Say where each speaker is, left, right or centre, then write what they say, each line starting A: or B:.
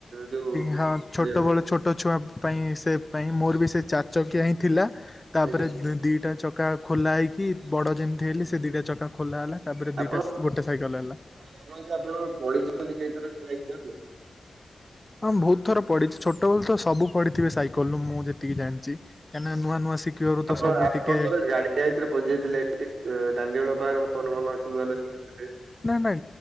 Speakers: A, on the right; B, on the left.
A: ଯୋଉ
B: ହଁ,
A: ପଡିବା
B: ଛୋଟ
A: ପାଇଁ
B: ବଳେ ଛୋଟ ଛୁଆ ପାଇଁ ସେପ୍ ପାଇଁ, ମୋର ବି ସେ ଚାରି ଚକିଆ ହିଁ ଥିଲା। ତା'ପରେ
A: ଆଜ୍ଞା
B: ଦିଇଟା ଚ ଚକା ଖୋଲା ହେଇକି, ବଡ଼ ଯେମ୍ତି ହେଲି ସେ ଦିଟା ଚକା ଖୋଲା ହେଲା, ତା'ପରେ
A: ଆପଣ
B: ଦିଟା ଗୋଟେ ସାଇକଲ୍ ହେଲା।
A: <inaudible>
B: ହଁ! ବହୁତ୍ ଥର ପଡ଼ିଚି, ଛୋଟ--ଳେ ତ ସବୁ ପଡ଼ିଥିବେ ସାଇକଲ୍ ରୁ ମୁଁ ଯେତିକି ଜାଣ୍ଚି। କା--ନା ନୂଆ ନୂଆ ଶି--ବାରୁ
A: ଆପଣ
B: ତ ସବୁ
A: ଆପଣଙ୍କର
B: ଟିକେ
A: <inaudible> ଅଛି ନୂଆ ନୂଆ ଶିଖୁଥିଲେ।
B: ନାନା